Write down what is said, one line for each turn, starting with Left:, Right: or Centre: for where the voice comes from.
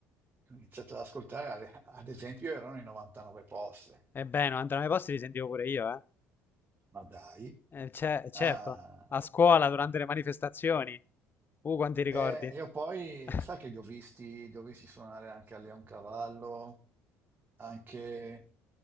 Right: che ho iniziato ad ascoltare, ad ad esempio, erano i 99 Posse.
Left: e beh, non andranno ai posti li sentivo pure io, eh.
Right: Ma dai.
Left: Eh, ce- certo,
Right: Ah,
Left: a scuola durante le manifestazioni. Uh, quanti ricordi.
Right: e io poi,
Left: <laughs>
Right: sai che li ho visti, li ho visti suonare anche a Leoncavallo, anche